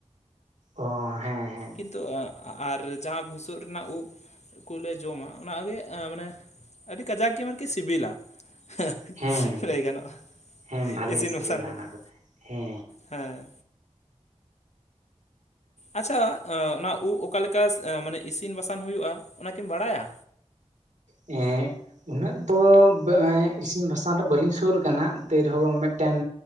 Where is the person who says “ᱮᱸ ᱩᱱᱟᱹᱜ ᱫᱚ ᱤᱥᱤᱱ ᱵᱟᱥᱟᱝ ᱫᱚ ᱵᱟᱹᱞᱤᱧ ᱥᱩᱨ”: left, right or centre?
Right